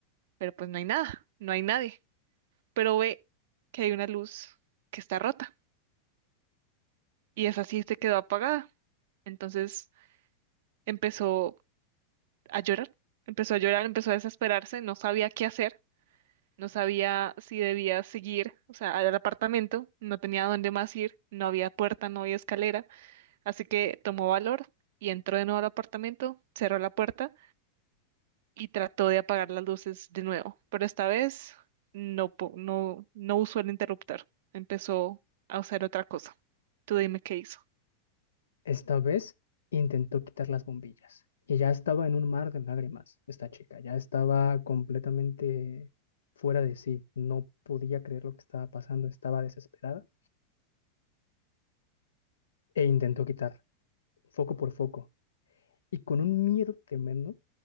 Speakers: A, on the right; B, on the left.
A: pero pues no hay nada, no hay nadie. Pero ve que hay una luz que está rota y esa sí se quedó apagada. Entonces empezó a llorar, empezó a llorar, empezó a desesperarse, no sabía qué hacer, no sabía si debía seguir, o sea, al apartamento, no tenía dónde más ir, no había puerta, no había escalera, así que tomó valor y entró de nuevo al apartamento, cerró la puerta y trató de apagar las luces de nuevo, pero esta vez no, po- no, no usó el interruptor, empezó a usar otra cosa. Tú dime qué hizo.
B: Esta vez intentó quitar las bombillas y ya estaba en un mar de lágrimas esta chica, ya estaba completamente fuera de sí, no podía creer lo que estaba pasando, estaba desesperada e intentó quitar foco por foco y con un miedo tremendo